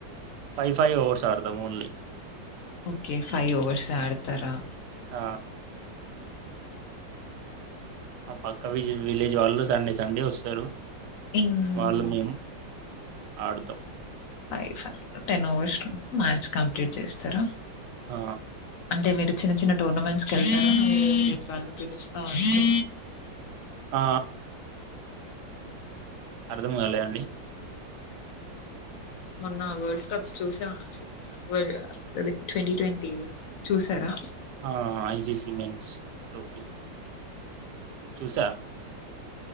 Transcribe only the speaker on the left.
ఓకే ఫైవ్ ఓవర్స్ ఆడతారా
హ్మ్.
ఫైవ్ ఫైవ్ టెన్ అవర్స్ లో మ్యాచ్ కంప్లీట్ చేస్తరా
అంటే మీరు చిన్న చిన్న టోర్నమెంట్స్ కెళ్తారా <inaudible> విలేజ్ వాళ్ళు పిలుస్తా ఉంటే
మొన్న వల్డ్ కప్ చూసామ వడ్ అదే ట్వంటీ ట్వంటీ చూసారా